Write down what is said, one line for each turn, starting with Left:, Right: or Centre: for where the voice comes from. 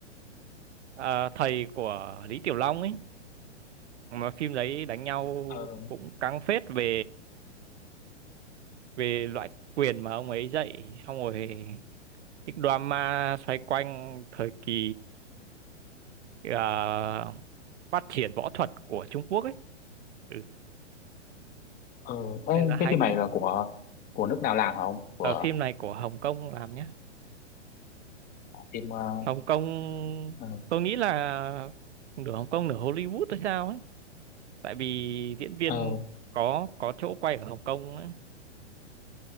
Right: ờ, thầy của Lý Tiểu Long ấy mà phim đấy đánh nhau
Left: ờ
Right: cũng căng phết về về loại quyền mà ông ấy dạy xong rồi cái drama xoay quanh thời kỳ ờ, phát triển võ thuật của Trung Quốc ấy ừ.
Left: ờ thế
Right: nên là hay
Left: cái phim này
Right: phết
Left: là của của nước nào làm hả ông của
Right: ở phim này của Hồng Kông làm nhá
Left: phim ờ
Right: Hồng Kông
Left: ờ
Right: tôi nghĩ là nửa Hồng Kông nửa Hollywood hay sao ấy tại vì diễn viên
Left: ờ
Right: có có chỗ quay ở Hồng Kông á.